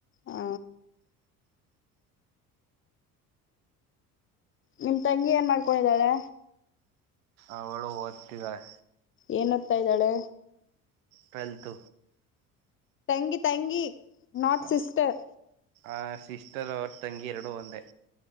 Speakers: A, on the left; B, on the right.
A: ಹ ನಿಮ್ ತಂಗಿ ಏನ್ ಮಾಡ್ಕೊಂಡಿದಾಳೆ
B: ಅವಳು ಓದ್ತಿದ್ದಾರೆ
A: ಏನತ್ತಾ ಇದ್ದಾಳೆ
B: ಟೆಲ್ತ್
A: ತಂಗಿ ತಂಗಿ ನಾಟ್
B: ಹ
A: ಸಿಸ್ಟರ್
B: ಆ ಸಿಸ್ಟರ್ ಅವ್ರ ತಂಗಿ ಎರಡು ಒಂದೇ